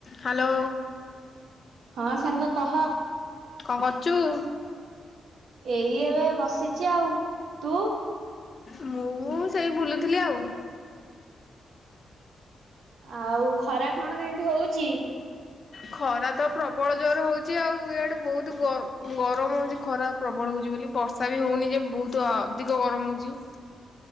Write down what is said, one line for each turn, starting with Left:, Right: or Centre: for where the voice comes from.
Left: Hello
Right: ହଁ ସାଙ୍ଗ କ
Left: କଣ କରୁଚୁ?
Right: ଏଇ ଏବେ ବସିଚି ଆଉ ତୁ?
Left: ମୁଁ ସେଇ ବୁଲୁଥିଲି ଆଉ।
Right: ଆଉ ଖରା କଣ କେମିତି ହୋଉଚି!
Left: ଖରା ତ ପ୍ରବଳ ଜୋରେ ହୋଉଚି ଆଉ ଇଆଡ଼େ ବୋହୁତ ଗ ଗରମ ହୋଉଚି ଖରା ପ୍ରବଳ ହୋଉଚି ବୋଲି ବର୍ଷା ବି ହୋଉନି ଯେ ବୋହୁତ ଅଧିକ ଗରମ ହୋଉଚି।